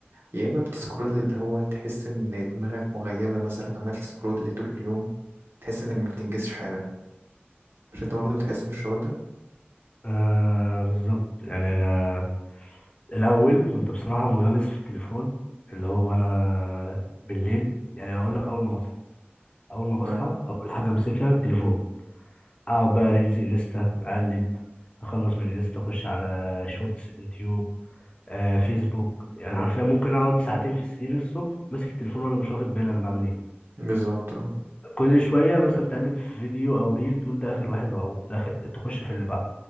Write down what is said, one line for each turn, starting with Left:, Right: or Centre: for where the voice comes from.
Right: يا اما بتسكرول اللي هو تحس ان دماغك مغيبة مثلا عمال تسكرول طول اليوم تحس انك ما بتنجزش حاجة مش انت برضه بتحس بالشعور ده؟
Left: آه بالظبط يعني انا الاول كنت بصراحه منغمس في التليفون اللي هو انا بالليل يعني اقول لك اول ما بصحى اول ما بصحى
Right: تمام
Left: اول حاجه امسكها التليفون اقعد بقى ريلز انستا اقلب اخلص من الانستا اخش على شورتس يوتيوب آه فيسبوك يعني حرفيا ممكن اقعد ساعتين في السرير الصبح ماسك التليفون وانا مش واخد بالي انا بعمل ايه
Right: بالظبط اه
Left: كل شويه مثلا تقلب في فيديو او ريل تقول ده اخر واحد واقوم ده اخر تخش في اللي بعده